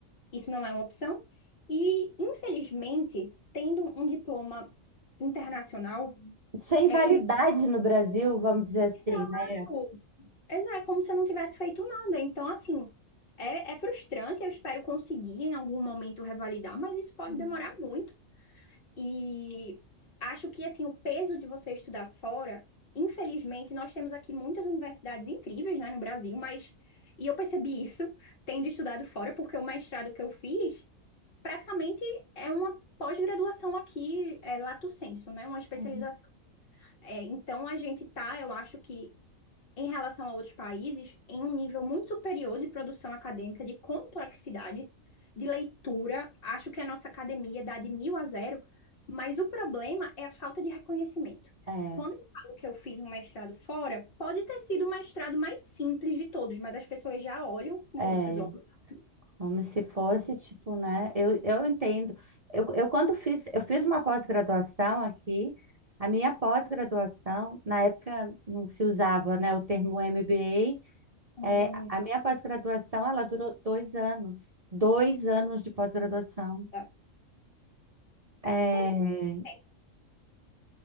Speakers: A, on the left; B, on the right.
A: isso não é uma opção. E, infelizmente, tendo um diploma internacional,
B: Sem validade
A: é
B: no Brasil, vamos dizer assim,
A: exato,
B: né?
A: exato, é como se eu não tivesse feito nada. Então, assim. É, é frustrante, eu espero conseguir em algum momento revalidar, mas isso pode
B: Uhum,
A: demorar muito. E acho que assim o peso de você estudar fora, infelizmente, nós temos aqui muitas universidades incríveis, né, no Brasil, mas e eu percebi isso <laughs> tendo estudado fora, porque o mestrado que eu fiz praticamente é uma pós-graduação aqui, é, lato sensu, né, uma especialização.
B: uhum.
A: É, então a gente tá, eu acho que em relação a outros países, em um nível muito superior de produção acadêmica, de complexidade, de leitura. Acho que a nossa academia dá de mil a zero, mas o problema é a falta de reconhecimento.
B: É,
A: Quando eu falo que eu fiz um mestrado fora, pode ter sido o mestrado mais simples de todos, mas as pessoas já olham com
B: é,
A: outros olhos.
B: como se fosse, tipo, né? Eu, eu entendo. Eu, eu quando fiz, eu fiz uma pós-graduação aqui, a minha pós-graduação, na época não se usava, né, o termo MBA,
A: Hum,
B: é, a minha pós-graduação, ela durou dois anos, dois anos de pós-graduação.
A: tá.
B: É, é,
A: Poxa, tem.